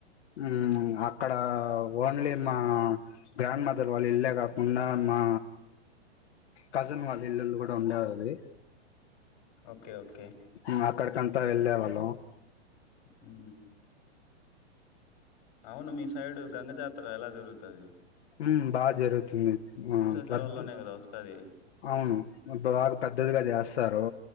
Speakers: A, on the left; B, on the left.
A: హు ఇగ అక్కడ ఓన్లీ మా గ్రాండ్ మదర్ వాళ్ళ ఇల్లేగా ఉన్న మా కజిన్ వాళ్ళ ఇళ్లుళు కూడా ఉండెవవి
B: ఓకే ఓకే
A: మ్ అక్కడికంతా వెళ్ళేవాళ్ళం <inaudible>
B: ఉ అవును మీ సైడు గంగజాతర ఎలా దొరుగుతది
A: హు బాగ జరుగుతుంది ఆ
B: సెలవుల్లోనే
A: పెద్ద
B: కదా వస్తది.
A: అవును బాగా పెద్దదిగా చేస్తారు